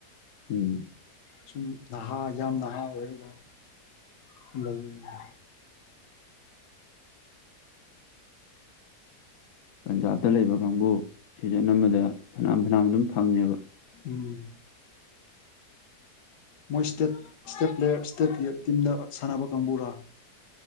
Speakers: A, on the left (about 65°); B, on the left (about 85°).
A: ꯎꯝ
B: ꯁꯨꯝ ꯅꯍꯥ ꯌꯥꯝ ꯅꯍꯥ ꯑꯣꯏꯔꯒ ꯁꯨꯝ ꯂꯩꯅꯤꯡꯉꯤ
A: ꯄꯟꯖꯥꯞꯇ ꯂꯩꯕ ꯀꯥꯡꯕꯨ ꯁꯤꯖꯟ ꯑꯃꯗ ꯐꯅꯌꯥꯝ ꯐꯅꯌꯥꯝ ꯑꯗꯨꯝ ꯐꯪꯉꯦꯕ
B: ꯎꯝ ꯃꯣꯏ ꯏꯁꯇꯦꯠ ꯏꯁꯇꯦꯠ ꯄ꯭ꯂꯦꯌꯔ ꯏꯁꯇꯦꯠ ꯇꯤꯝꯗ ꯁꯥꯟꯅꯕ ꯀꯥꯡꯕꯨꯔ